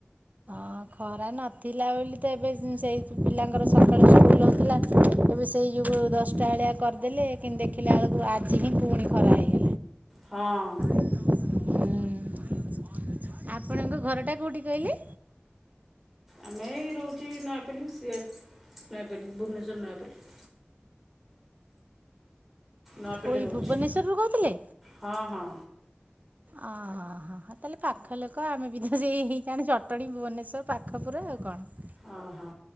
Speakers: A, on the right; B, in the centre.
A: <unintelligible> ପରା ନଥିଲା ବୋଲି ତ ଏବେ ସେଇ ପିଲାଙ୍କର ସକାଳ ସ୍କୁଲ ହେଉଥିଲା ଏବେ ସେଇ ଯୁଗୁ ତ ଦଶଟା ଅଳିଆ କରିଦେଲେ କିନ୍ତୁ ଦେଖିଲା ବେଳକୁ ଆଜି ହିଁ ପୁଣି ଖରା ହେଇଗ
B: ହଁ।
A: ହୁଁ ଆ ଆପଣଙ୍କ ଘରଟା କୋଉଠି କହିଲେ?
B: ଆମେ ରହୁଚି ନୟାପଲ୍ଲୀ, ସିଏ ନୟାପଲ୍ଲୀ ଭୁବନେଶ୍ୱର ନୟାପଲ୍ଲୀ। ନୟାପଲ୍ଲୀ
A: କୋଇ
B: ରହୁଛି
A: ଭୁବନେଶ୍ୱରରୁ କହୁଥିଲେ
B: ହଁ- ହଁ।
A: ଓ ହୋ। ହଁ- ହଁ ତାହେଲେ ପାଖ ଲୋକ ଆମେ ବି ତ ସେଇ, <unintelligible> ଚଟଣୀ ଭୁବନେଶ୍ଵର ପାଖପୁରା ଆଉ କଣ।
B: ଓ ହୋ।